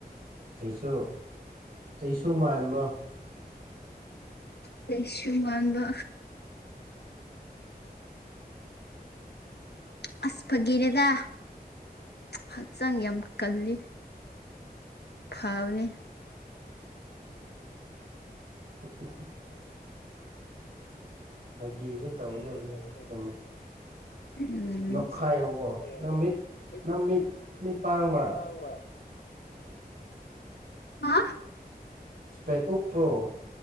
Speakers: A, on the right; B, on the left.
A: ꯆꯩꯁꯨ ꯆꯩꯁꯨ ꯃꯥꯏꯕ꯭ꯔꯣ
B: ꯇꯩꯁꯨ ꯋꯥꯝꯕ ꯑꯁ ꯐꯥꯒꯤꯅꯦꯗ ꯍꯛꯆꯥꯡ ꯌꯥꯝ ꯀꯜꯂꯤ ꯐꯥꯎꯅꯤ
A: <unintelligible> ꯐꯥꯒꯤꯁꯨ ꯇꯧꯒꯗꯕꯅꯤ
B: ꯗꯤ ꯇꯔ
A: ꯆꯨꯝꯃꯦ
B: <unintelligible>
A: ꯅꯣꯛꯈꯥꯏꯌꯣꯀꯣ
B: ꯃꯈꯥꯏ
A: ꯅꯪ
B: ꯌꯅꯃꯤꯠ
A: ꯃꯤꯠ ꯅꯪ ꯃꯤꯠ ꯃꯤꯠ ꯄꯥꯡꯕ꯭ꯔꯥ
B: ꯄꯥꯡꯕ <unintelligible> ꯍꯥ
A: ꯏꯁ꯭ꯄꯦꯛꯀꯞ ꯄ꯭ꯔꯣ